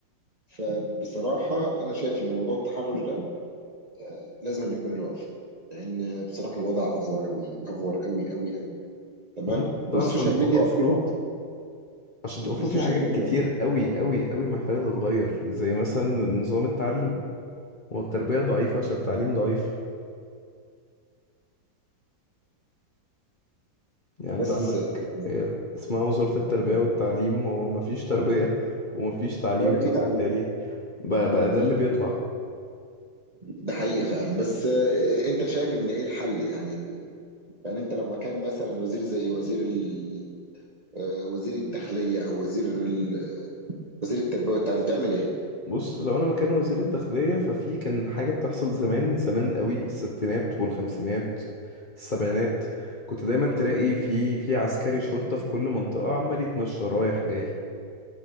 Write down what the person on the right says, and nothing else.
فبصراحة أنا شايف إن موضوع التحرش ده آه، لازم أن يكون له وقف لأن بصراحة الوضع أفور أوي أفور أوي أوي أوي تمام
والسوشيال
ميديا في
نقطة
السوشيال
ميديا
بس
آه،
ولا
في تعليم
مم.
ده حقيقي فعلا بس آه، أنت شايف إن إيه الحل يعني ال- يعني أنت لو مكان مثلا وزير زي وزير ال... آه، وزير الداخلية أو وزير ال... وزير التربية والتعليم تعمل إيه؟